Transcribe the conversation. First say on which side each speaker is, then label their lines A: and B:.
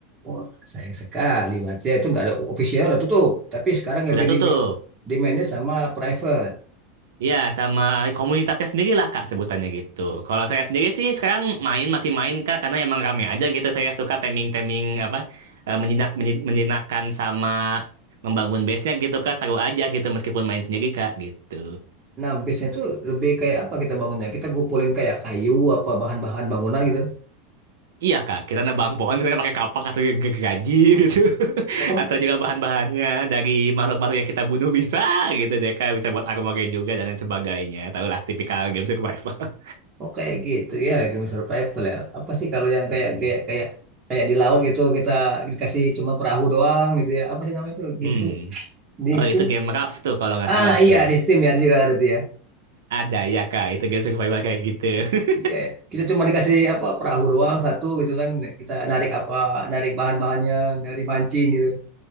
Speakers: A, on the right (about 30°); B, on the right (about 80°).
A: Wah, sayang sekali. Berarti itu nggak ada official udah tutup. Tapi sekarang lebih
B: Udah tutup.
A: di dimanage sama private.
B: Ya, sama komunitasnya sendiri lah Kak sebutannya gitu. Kalau saya sendiri sih sekarang main masih main Kak karena emang rame aja gitu. Saya suka teming-teming apa eh, menjinak menji- menjinakkan sama membangun base-nya gitu Kak. Seru aja gitu meskipun main sendiri Kak gitu.
A: Nah, bisnya itu lebih kayak apa kita bangunnya? Kita gupulin kayak kayu apa bahan-bahan bangunan gitu.
B: Iya Kak, kita nebang pohon misalnya pakai kapak atau ge- ge- gergaji gitu. <laughs>
A: oke
B: Atau juga
A: ke-
B: bahan-bahannya dari makhluk-makhluk yang kita bunuh bisa gitu deh Kak. Bisa buat armor juga dan lain sebagainya. Tahulah tipikal game survival.
A: oh kayak gitu ya, kayak survival ya. Apa sih kalau
B: <laughs>
A: yang kayak
B: Mm-mm.
A: kayak kayak kayak di laut gitu kita dikasih cuma perahu doang gitu ya. Apa sih namanya itu? Game
B: Hmm.
A: tuh di
B: Oh,
A: situ
B: itu game Raft tuh kalau nggak
A: Ah
B: salah
A: iya
B: tuh.
A: di Steam ya juga ada tuh ya.
B: Ada ya, Kak. Itu game survival kayak gitu. <laughs>
A: Iya ya. Kita cuma dikasih apa perahu doang satu gitu kan. Kita narik apa narik bahan-bahannya, narik mancing gitu.